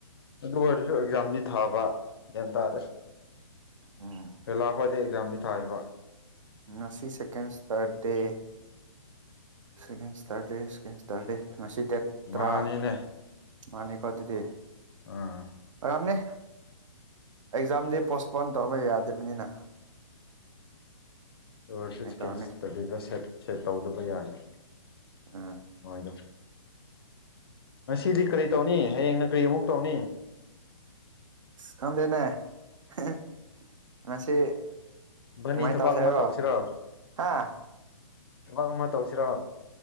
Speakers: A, on the left; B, on the right.
A: ꯑꯗꯨ ꯑꯣꯏꯔꯁꯨ ꯑꯦꯛꯖꯥꯝꯅꯤ ꯊꯥꯕ ꯭ꯌꯥꯟ ꯇꯥꯗꯦ
B: ꯎꯝ
A: ꯄꯦꯂꯥꯈ꯭ꯣꯏꯗꯤ ꯑꯦꯛꯖꯥꯝꯁꯤ ꯊꯥꯔꯤꯕ
B: ꯉꯁꯤ ꯁꯦꯀꯦꯟꯁꯇꯥꯔꯠ ꯗꯦ ꯁꯦꯀꯦꯟ ꯁꯇꯔꯗꯦ ꯁꯦꯀꯦꯟ ꯁꯇꯔꯗꯦ ꯉꯁꯤ ꯗꯦꯠ
A: ꯃꯥꯅꯤꯅꯦ
B: ꯇ꯭ꯔꯥ ꯃꯥꯅꯦꯀꯣ ꯑꯗꯨꯗꯤ
A: ꯎꯝ
B: ꯌꯥꯝꯅꯦ ꯑꯦꯛꯖꯥꯝꯗꯤ ꯄꯣꯁꯄꯣꯟ ꯇꯧꯋꯦ ꯌꯥꯗꯕꯅꯤꯅ
A: ꯗꯔꯁꯨ
B: ꯑꯗꯨꯃꯥꯏꯅ
A: ꯏꯁꯀꯤꯟꯁꯇꯕꯤꯗ
B: ꯇꯧꯔꯅꯤ
A: ꯁꯦꯠ ꯁꯦꯠ ꯇꯧꯗꯕ ꯌꯥꯏꯅꯦ
B: ꯑꯥ
A: ꯃꯣꯏꯗꯣ ꯉꯁꯤꯗꯤ ꯀꯔꯤ ꯇꯧꯅꯤ ꯍꯌꯦꯡꯅ ꯀꯔꯤ ꯑꯃꯨꯛ ꯇꯧꯅꯤ
B: ꯈꯪꯗꯦꯅꯦ ꯍꯥꯍꯥ ꯉꯁꯤ
A: ꯏꯕꯥꯅꯤ
B: ꯇꯨꯃꯥꯏ
A: ꯊꯕꯛ
B: ꯇꯧꯁꯦꯔꯣ
A: ꯑꯃ ꯇꯧꯁꯤꯔꯣ
B: ꯍꯥ
A: ꯕꯥꯛ ꯑꯃ ꯇꯧꯁꯤꯔꯣ